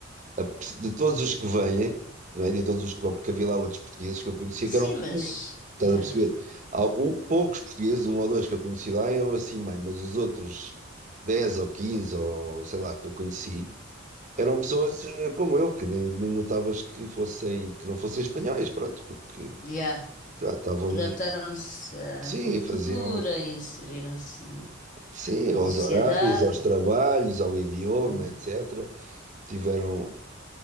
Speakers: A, on the right; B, on the left.
A: a pers- de todos os que vêm, não é? De todos os que vão, porque havia lá outros portugueses que eu conhecia
B: Sim,
A: que eram.
B: mas.
A: ruins. Estás
B: Já.
A: a perceber? Há o- poucos portugueses, um ou dois que eu conheci lá, eram assim meio, mas os outros 10 ou 15 ou sei lá que eu conheci Eram pessoas
B: Uhum.
A: eh, como eu, que nem, nem notavas que fossem, que não fossem espanhóis, pronto, porque
B: Yeah.
A: já estavam,
B: Adaptaram-se à
A: sim,
B: cultura,
A: faziam,
B: inseriram-se na,
A: sim, aos
B: na sociedade,
A: horários, aos
B: etc.
A: trabalhos, ao idioma,
B: Uhum.
A: etc. Tiveram,